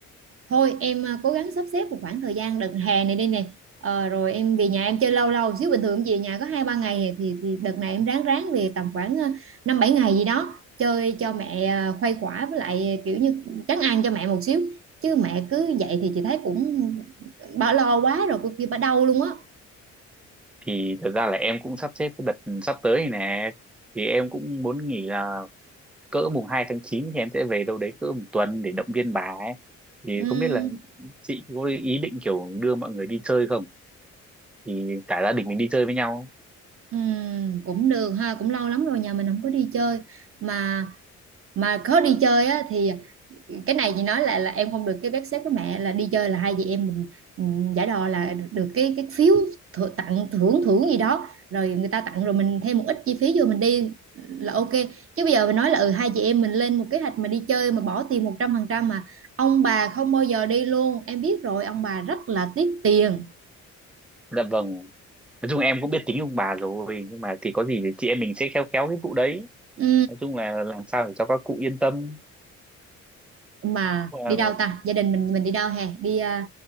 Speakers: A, on the right; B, in the centre.
A: thôi em à, cố gắng sắp xếp một khoảng thời gian đợt hè này đi nè Ờ, rồi em về nhà em chơi lâu lâu xíu bình thường em về nhà có hai ba ngày thì, thì đợt này em ráng ráng về tầm khoảng à, năm bảy ngày gì đó chơi cho mẹ à, khuây khỏa với lại à, kiểu như trấn an cho mẹ một xíu chứ mẹ cứ vậy thì chị thấy cũng bà lo quá rồi cô kia bà đau luôn á
B: thì thật ra là em cũng sắp xếp cái đợt sắp tới này nè thì em cũng muốn nghỉ là cỡ mùng 2 tháng 9 thì em sẽ về đâu đấy cỡ một tuần để động viên bà ấy thì
A: Ừm,
B: không biết là chị có ý định kiểu đưa mọi người đi chơi không thì cả gia đình mình đi chơi với nhau
A: ừm, cũng được ha cũng lâu lắm rồi nhà mình không có đi chơi mà mà có đi chơi á thì cái này chị nói là là em không được cái vé xếp với mẹ là đi chơi là hai chị em mình ừm, giả đò là được cái cái phiếu thử, tặng thưởng thưởng gì đó rồi người ta tặng rồi mình thêm một ít chi phí vô mình đi là ok chứ bây giờ mình nói là ừ hai chị em mình lên một kế hoạch mà đi chơi mà bỏ tiền một trăm phần trăm mà ông bà không bao giờ đi luôn em biết rồi ông bà rất là tiếc tiền
B: dạ vâng nói chung em cũng biết tính ông bà rồi nhưng mà thì có gì thì chị em mình sẽ khéo khéo cái vụ đấy
A: ừ
B: nói chung là làm sao để cho các cụ yên tâm
A: mà
B: Ờ,
A: đi đâu ta gia đình mình mình đi đâu hè đi à,